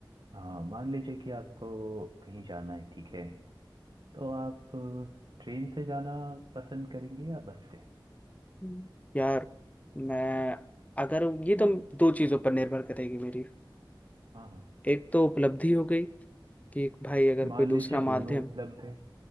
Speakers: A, on the right; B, on the left.
A: हाँ मान लीजिए कि आपको कहीं जाना है ठीक है तो आप अ, ट्रेन से जाना पसंद करेंगे या बस से
B: हम्म, यार मैं अगर ये तो दो चीज़ों पर निर्भर करेगी मेरी
A: हाँ हाँ
B: एक तो उपलब्धि हो गई कि एक भाई अगर
A: मान
B: कोई
A: लीजिए
B: दूसरा
A: दोनों
B: माध्यम
A: उपलब्ध है